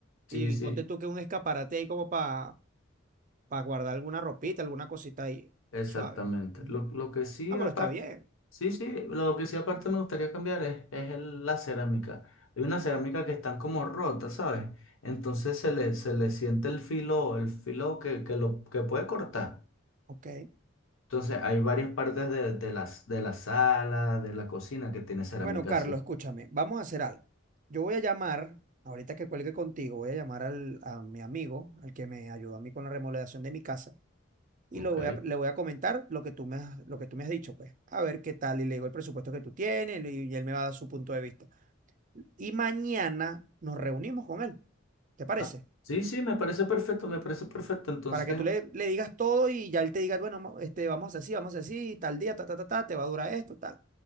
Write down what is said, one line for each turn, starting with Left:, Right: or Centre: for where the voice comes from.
Left: Sí,
Right: Y
Left: sí,
Right: ponte tú que un escaparate ahí como para guardar alguna ropita, alguna cosita ahí,
Left: exactamente.
Right: suave. Ujú.
Left: Lo, lo que sí,
Right: No,
Left: aparte...
Right: pero está bien.
Left: Sí, sí, lo que sí aparte me gustaría cambiar es, es el- la cerámica. Hay una cerámica que están como rotas, ¿sabes? Entonces se le, se le siente el filo, el filo que, que lo, que puede cortar.
Right: Ok.
Left: Entonces hay varias partes de, de las, de la sala, de la cocina que tiene cerámica
Right: Bueno, Carlos,
Left: así.
Right: escúchame, vamos a hacer algo. Yo voy a llamar, ahorita que cuelgue contigo, voy a llamar al, a mi amigo, al que me ayudó a mí con la remodelación de mi casa, y
Left: Ok.
Right: lo voy a, le voy a comentar lo que tú me has, lo que tú me has dicho, pues, a ver qué tal, y le digo el presupuesto que tú tienes, y, y él me va a dar su punto de vista. Y mañana nos reunimos con él, ¿te parece?
Left: Ah, sí, sí, me parece perfecto, me parece perfecto. Entonces,
Right: Para que tú le, le digas todo y ya él te diga, bueno, mo- este, vamos a hacer así, vamos a hacer así, tal día, ta, ta, ta, ta, te va a durar esto, tal,